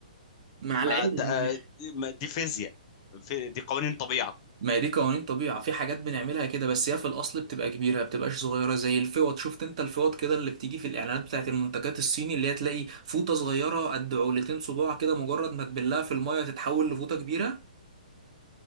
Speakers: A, on the right (about 55°); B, on the left (about 40°).
A: مع العلم
B: ما د- آه، دي ما- دي فيزياء في- دي قوانين طبيعة
A: ما هي دي قوانين طبيعة في حاجات بنعملها كده بس هي في الأصل بتبقى كبيرة ما بتبقاش صغيرة زي الفوط شفت أنت الفوط كده اللي بتيجي في الإعلانات بتاعت المنتجات الصيني اللي هي تلاقي فوطة صغيرة قد عولتين صباع كده مجرد ما تبلها في المية تتحول لفوطة كبيرة